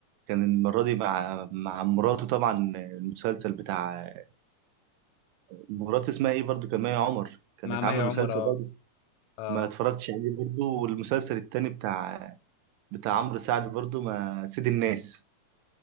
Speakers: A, on the right (about 80°); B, on the left (about 80°).
A: كان المره دي مع مع مراته طبعا المسلسل بتاع مراته اسمها ايه برضو كان مي عمر كانت
B: مع مي
A: عامله
B: عمر
A: مسلسل
B: اه
A: برضو
B: اه
A: ما اتفرجتش عليه برضو والمسلسل التاني بتاع بتاع عمرو سعد برضو ما سيد الناس